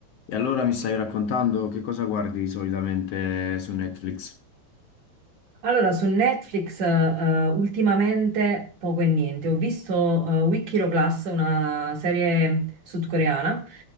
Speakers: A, on the left; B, on the right.
A: E allora mi stai raccontando che cosa guardi solitamente su Netflix?
B: Allora, su Netflix eh, ultimamente poco e niente. Ho visto eh, Weak Hero Class, una serie sudcoreana.